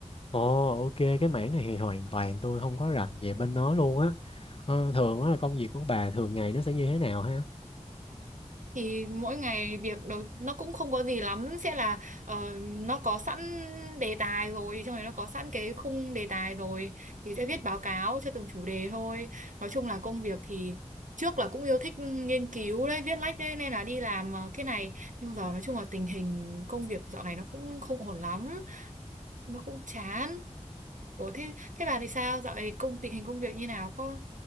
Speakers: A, on the left; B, on the right.
A: Ồ, ok, cái mảng này thì hoàn toàn tôi không có rành về bên nó luôn á. Ờ, thường á là công việc của bà thường ngày nó sẽ như thế nào ha?
B: thì mỗi ngày việc đầu nó cũng không có gì lắm sẽ là ờ, nó có sẵn đề tài rồi trong này nó có sẵn cái khung đề tài rồi thì sẽ viết báo cáo cho từng chủ đề thôi nói chung là công việc thì trước là cũng yêu thích nghiên cứu đấy viết lách đấy nên là đi làm ờ, cái này nhưng giờ nói chung là tình hình công việc dạo này nó cũng không ổn lắm nó cũng chán ủa thế thế bà thì sao dạo này công tình hình công việc như nào có